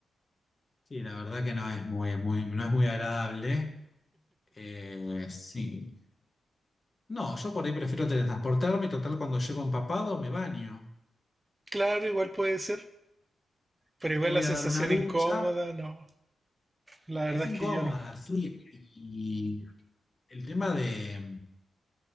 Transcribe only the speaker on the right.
Claro, igual puede ser, pero igual
la sensación
incómoda, no. La verdad
es que yo no.